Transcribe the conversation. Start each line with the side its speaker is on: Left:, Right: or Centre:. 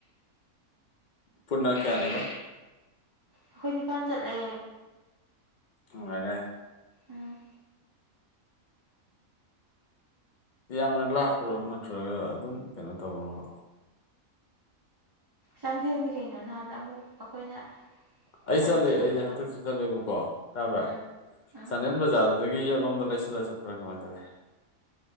Left: ꯄꯨꯟꯅ ꯀꯌꯥꯅꯦꯕ
Right: ꯑꯩꯈꯣꯏ ꯅꯤꯄꯥꯟ ꯆꯠꯂꯦ꯫
Left: ꯅꯨꯪꯉꯥꯏꯔꯦ꯫
Right: ꯎꯝ
Left: ꯌꯥꯝꯅ ꯂꯥꯞꯄ꯭ꯔꯣ ꯅꯠꯇ꯭ꯔꯒ ꯑꯗꯨꯝ ꯀꯩꯅꯣ ꯇꯧꯕ꯭ꯔꯣꯕ
Right: ꯆꯥꯟꯗꯦꯜꯅꯤ ꯀꯩꯅꯣ ꯅꯍꯥꯟ ꯑꯃꯨꯛ ꯑꯩꯈꯣꯏꯅ
Left: ꯑꯩ
Right: ꯌꯥꯝꯅ
Left: ꯆꯠꯂꯦ
Right: ꯆꯠꯂꯨꯕꯗꯣ
Left: ꯑꯩꯁꯦ ꯍꯟꯗꯛꯁꯨ ꯆꯠꯂꯦꯕꯀꯣ ꯇꯥꯕ꯭ꯔꯥ
Right: ꯎꯝ ꯎꯝ
Left: ꯆꯥꯟꯗꯦꯜ ꯕꯖꯥꯔꯗꯨꯗꯒꯤ ꯌꯦꯠꯂꯣꯝꯗ ꯂꯩꯁꯜꯂ ꯆꯠꯄ꯭ꯔꯥ ꯀꯃꯥꯏꯅ ꯇꯧꯏꯤ